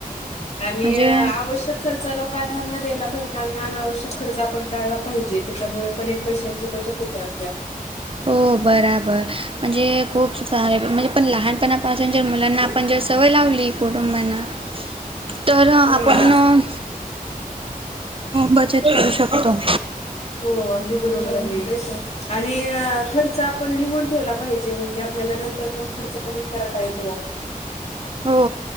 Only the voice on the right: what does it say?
म्हणजे
हो बराबर म्हणजे खूप सारे म्हणजे पणं लहानपणापासून जर मुलांना आप पण जर सवंय लावली कुटुंबांना तरं आपणं
बचतं करूं शकतो.
हो.